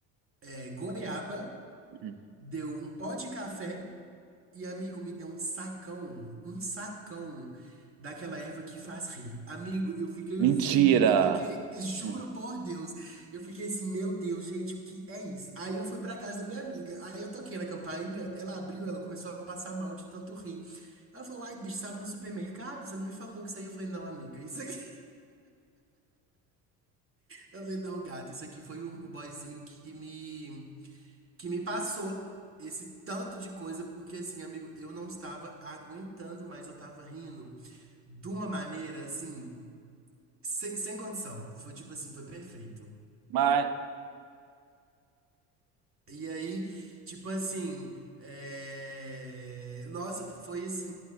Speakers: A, on the right (about 30°); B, on the right (about 50°).
A: é, goiaba,
B: Hum.
A: deu um pó de café. E amigo, me deu um sacão, um sacão daquela erva que faz rir. Amigo, eu fiquei
B: Mentira!
A: assim, eu fiquei, juro
B: Hum.
A: por Deus, eu fiquei assim, meu Deus, gente, o que é isso? Aí eu fui pra casa da minha amiga, aí eu toquei na campainha, ela abriu, ela começou a passar mal de tanto rir. Ela falou, ai, bicho, estava no supermercado? Você não me falou que isso aí? Eu falei, não, amiga, isso aqui. <laughs> Eu falei, não, gata, isso aqui foi o, o boyzinho que me. que me passou esse tanto de coisa, porque assim, amigo, eu não estava aguentando mais, eu tava rindo de uma maneira assim, sem, sem condição. Foi tipo assim, foi perfeito.
B: Mas.
A: E aí, tipo assim, é, nossa, foi assim,